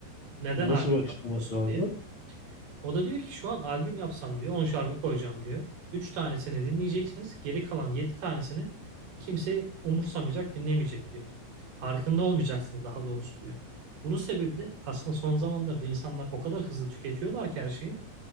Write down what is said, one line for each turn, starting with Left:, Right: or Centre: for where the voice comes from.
Right: neden
Left: nasıl
Right: albüm
Left: bir açıklaması
Right: yapmıyorsun
Left: vardı?
Right: diye. O da diyor ki şu an albüm yapsam diyor 10 şarkı koyacağım diyor. üç tanesini dinleyeceksiniz. Geri kalan 7 tanesini kimse umursamayacak, dinlemeyecek diyor. Farkında olmayacaksınız daha doğrusu diyor. Bunun sebebi de aslında son zamanlarda insanlar o kadar hızlı tüketiyorlar ki her şeyi.